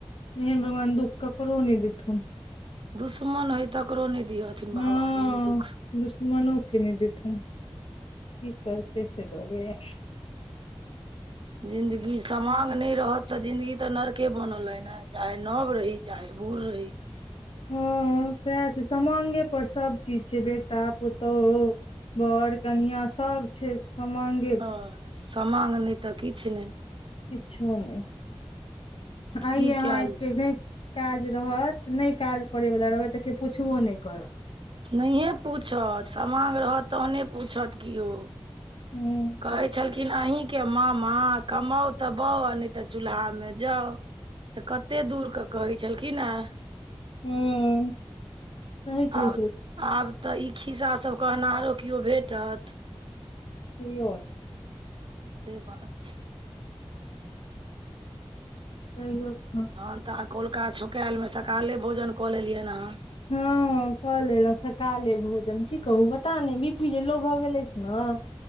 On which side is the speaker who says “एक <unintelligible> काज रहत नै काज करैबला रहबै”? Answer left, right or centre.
Left